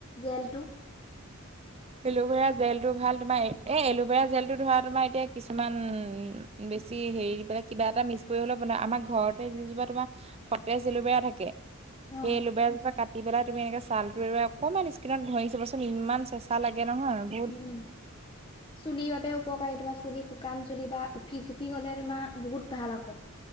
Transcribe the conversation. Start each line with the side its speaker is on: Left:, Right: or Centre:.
Left: জেলটো।
Right: এলোভেৰা জেলটো ভাল তোমাৰ এ এলোভেৰা জেলটো ধৰা তোমাৰ এতিয়া কিছুমান বেছি হেৰি পেলাই কিবা এটা মিছ কৰি হ'লে বনাই আমাৰ ঘৰতে যিজোপা তোমাৰ সতেজ এলোবেৰা থাকে সেই
Left: অ
Right: এলোবেৰাজোপা কাটি পেলাই তুমি এনেকে ছালটো এৰুৱাই অকনমান স্কিনত ঘঁহি চাবচোন ইমান চে চা লাগে নহয় আৰু
Left: উম চুলিৰ বাবে উপকাৰী তোমাৰ চুলি শুকান চুলি বা উফি চুপি হলে তোমাৰ বহুত ভাল আক <inaudible>